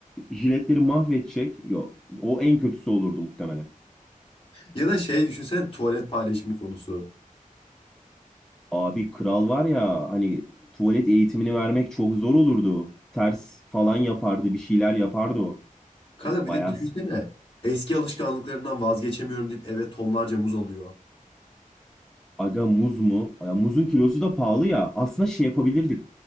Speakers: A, in the centre; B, on the left (about 40°).
A: jiletleri mahvedecek. Yok o en kötüsü olurdu muhtemelen.
B: Ya da şey düşünsene tuvalet paylaşımı konusu.
A: Abi kral var ya hani tuvalet eğitimini vermek çok zor olurdu. Ters falan yapardı bir şeyler yapardı o.
B: Kanka
A: O bayağı
B: bir de düşünsene eski alışkanlıklarından vazgeçemiyorum deyip eve tonlarca muz alıyor.
A: Aga muz mu? Ya muzun kilosu da pahalı ya. Aslında şey yapabilirdik.